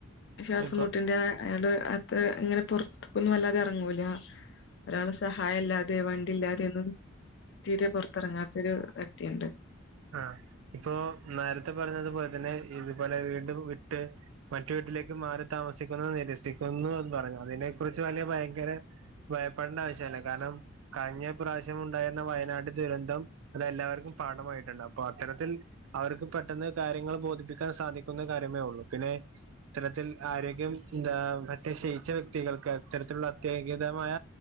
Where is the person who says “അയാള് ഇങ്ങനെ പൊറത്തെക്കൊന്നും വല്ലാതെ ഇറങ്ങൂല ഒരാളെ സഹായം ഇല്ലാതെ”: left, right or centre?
Left